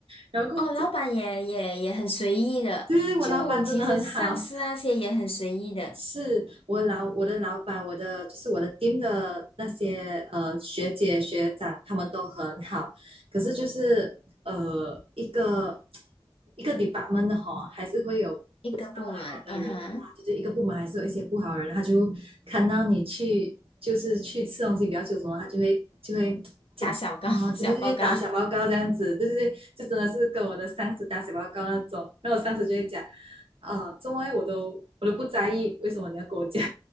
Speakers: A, on the right; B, on the left.
A: 然后过后这
B: 哦，老板也也也很随意的，
A: 就是我老板真的很好，
B: 就其实是上司那些也很随意的
A: 是我老我的老板，我的就是我的 team 的那些呃学姐学长，他们都很好。可是就是呃一个一个 department 的哈，还是会有
B: 一个部门，
A: 好的人的啦，
B: 嗯哼，
A: 就是一个部门还是有一些不好的人，他就看到你去就是去吃东西比较久什么，他就会就会讲哦，
B: 打小告 <laughs> 小报告，
A: 对对对，打小报告这样子，对对对，就真的是跟我的上司打小报告那种，然后我上司就会讲，呃，怎么会我都我都不在意，为什么你要跟我讲？